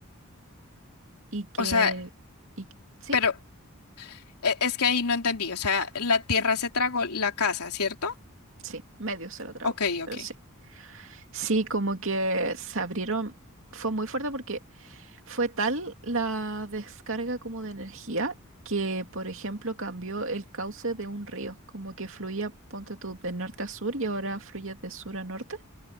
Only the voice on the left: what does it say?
o sea,
pero e- es que ahí no entendí, o sea, la tierra se tragó la casa, ¿cierto?
Ok, ok.